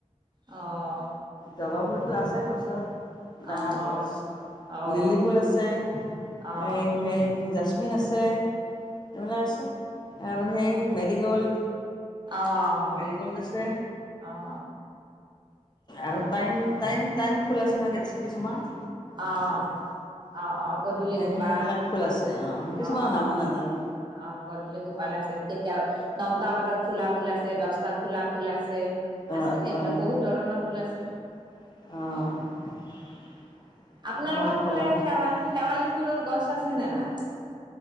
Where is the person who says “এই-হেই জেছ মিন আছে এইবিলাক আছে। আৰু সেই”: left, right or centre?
Left